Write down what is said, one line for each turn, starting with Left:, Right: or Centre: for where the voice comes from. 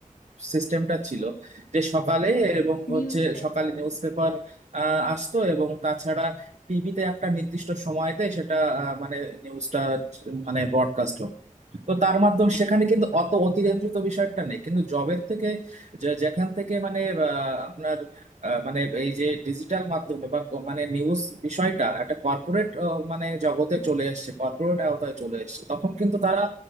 Right: সিস্টেমটা ছিল যে সকালে এবং
Left: News
Right: হচ্ছে
Left: paper
Right: সকালে নিউজ পেপার আসতো এবং তাছাড়া টিভিতে একটা নির্দিষ্ট সময়তে সেটা আহ, মানে নিউজটা মানে ব্রডকাস্ট তো
Left: হ্যাঁ
Right: তার মাধ্যমে সেখানে কিন্তু অত অতিরঞ্জিত বিষয়টা নেই কিন্তু জবের থেকে যে- যেখান থেকে মানে আহ, আপনার আহ, মানে এই যে ডিজিটাল মাধ্যমে বা ক- মানে নিউজ বিষয়টা একটা কর্পোরেট মানে জগতে চলে এসেছে কর্পোরেট আওতায় চলে এসেছে তখন কিন্তু তারা